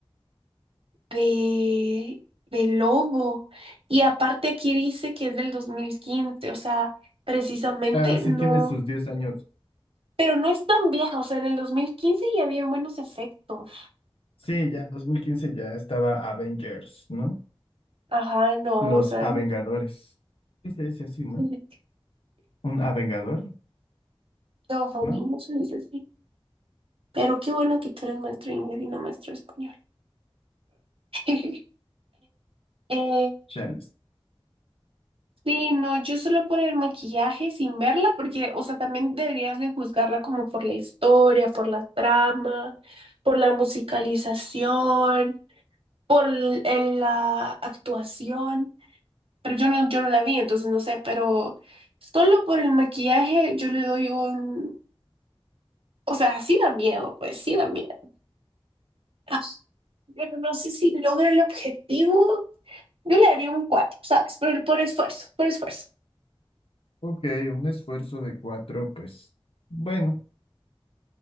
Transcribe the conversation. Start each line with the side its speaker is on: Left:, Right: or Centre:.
Right: de, de lobo. Y aparte aquí dice que es del dos mil quince o sea, precisamente
Left: Ah, sí
Right: no,
Left: tiene sus diez años.
Right: pero no es tan vieja, o sea, en el 2015 ya había buenos efectos.
Left: Sí, ya, 2015 ya estaba Avengers, ¿no?
Right: Ajá, no,
Left: Los
Right: o sea,
Left: Avengadores. Sí se dice así, ¿no?
Right: <laughs>
Left: Un Avengador,
Right: no, homie,
Left: ¿no?
Right: no se dice así. Pero qué bueno que tú eres maestro de inglés y no maestro de español. <laughs> Eh,
Left: Chales.
Right: Sí, no, yo solo por el maquillaje sin verla, porque, o sea, también deberías de juzgarla como por la historia, por la trama, por la musicalización, por l- el- la actuación, pero yo no, yo no la vi, entonces no sé, pero solo por el maquillaje yo le doy un, o sea, sí da miedo, pues sí da miedo, <laughs> pero no sé si logra el objetivo, yo le daría un 4, ¿sabes? Por, el- por esfuerzo, por esfuerzo.
Left: Ok, un esfuerzo de cuatro, pues, bueno,